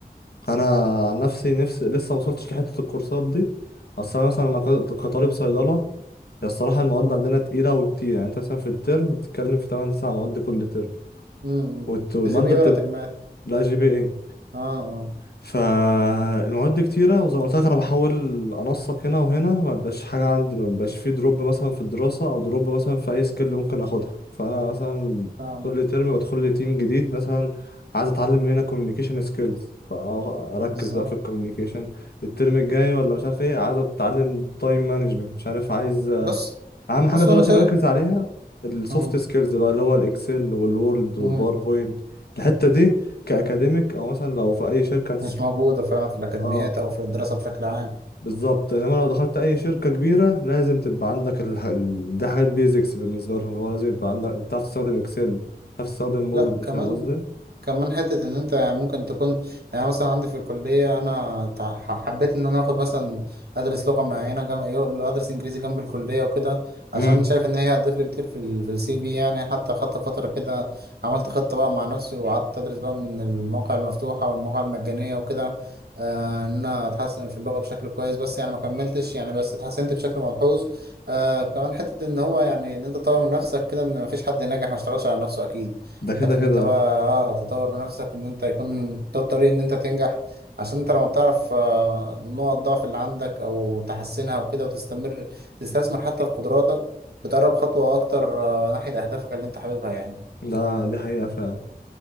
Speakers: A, on the left (about 80°); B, on the right (about 80°).
A: انا عن نفسي نفسي لسه ما وصلتش لحتة الكورسات دي اصل انا مثلا انا ك- كطالب صيدلة هي الصراحة المواد عندنا تقيلة وكتير يعني انت مثلا في الترم بتتكلم في 8 9 مواد كل ترم
B: امم إمم.
A: والت- والمادة
B: تجيب إيه
A: بتبقى
B: ولا ترماه؟
A: لا جي بي اي
B: آه آه
A: فالمواد دي كتيرة وزي ما قلت لك أنا بحاول أنسق هنا وهنا ما بقاش حاجة عندي ما بقاش في دروب مثلا في الدراسة أو دروب مثلا في أي سكيل ممكن أخدها فأنا مثلا
B: فاهم
A: كل ترم بدخل لي تيم جديد مثلا عايز أتعلم هنا كوميونيكيشن سكيلز فأركز
B: بالظبط
A: بقى في الكوميونيكيشن الترم الجاي ولا مش عارف إيه عايز أتعلم تايم مانجمنت مش عارف عايز
B: بص
A: أهم
B: بص
A: حاجة دلوقتي
B: أنا شايف
A: بركز عليها السوفت
B: آه.
A: سكيلز بقى اللي هو الإكسل والوورد والباوربوينت
B: مم.
A: الحتة دي كأكاديميك أو مثلا لو في أي شركة
B: مش موجودة فعلا في الأكاديميات
A: اه
B: أو في الدراسة بشكل عام
A: بالظبط انما لو دخلت اي شركه كبيره لازم تبقى عندك الح... ال- دي حاجات بيزكس بالنسبه لهم اللي هو لازم يبقى عندك بتعرف تستخدم اكسل بتعرف تستخدم وورد
B: لا
A: فاهم
B: كمان
A: قصدي
B: كمان حتة إن أنت يعني ممكن تكون يعني مثلا عندي في الكلية أنا تع- حبيت إن أنا آخد مثلا أدرس لغة معينة جم... يو- أدرس إنجليزي جنب الكلية وكده عشان
A: امم
B: شايف إن هي هتضيف لي كتير في ال... في السي في يعني حتى خدت فترة كده عملت خطة بقى مع نفسي وقعدت أدرس بقى من المواقع المفتوحة والمواقع المجانية وكده آه، إن أنا أتحسن في اللغة بشكل كويس بس يعني ما كملتش يعني بس اتحسنت بشكل ملحوظ آه كمان حتة إن هو يعني إن أنت تطور من نفسك كده إن مفيش حد ناجح ما اشتغلش على نفسه أكيد
A: ده كده
B: حتى
A: كده
B: ان انت بقى
A: اه
B: اه تطور من نفسك ان انت يكون ده الطريق ان انت تنجح عشان انت لما بتعرف آه، نقط ضعف اللي عندك او تحسنها وكده وتستمر تستثمر حتى في قدراتك بتقرب خطوة اكتر آه، ناحية اهدافك اللي انت حاببها يعني
A: ده دي حقيقه فعلا